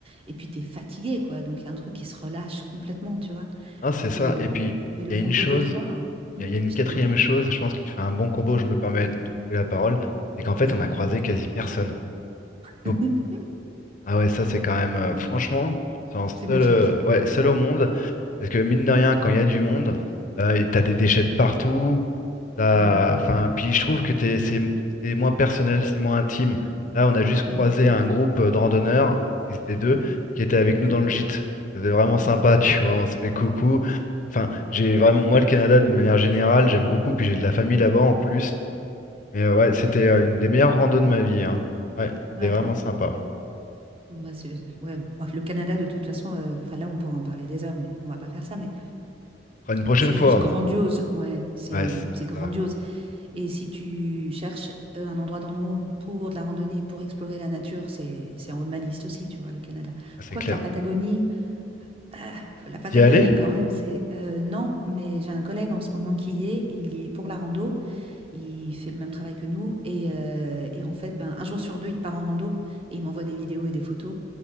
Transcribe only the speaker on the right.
Et puis, tu es fatigué, quoi. Donc, il y a un truc qui se relâche complètement, tu vois.
Et le,
et le
combo
des trois, mm,
je
t'écoute,
vas-y.
<laughs>
C'est
magique.
Mm,
mm,
mm,
mm,
mhm.
Ouais.
Bon, bah, c'est- ouais. le Canada, de toute façon, euh, 'fin, là, on pourra en parler des heures, mais on va pas faire ça. Mais
c'est
juste grandiose. Ouais, c'est
c'est grandiose.
Et si tu cherches euh, un endroit dans le monde pour de la randonnée, pour explorer la nature, c'est c'est en haut de ma liste aussi, tu vois, le Canada.
Quoique
la Patagonie, euh, la Patagonie,
quand même, c'est. euh, non, mais j'ai un collègue en ce moment qui y est, et il y est pour la rando. Il fait le même travail que nous et, heu et en fait, ben, un jour sur 2, il part en rando et il m'envoie des vidéos et des photos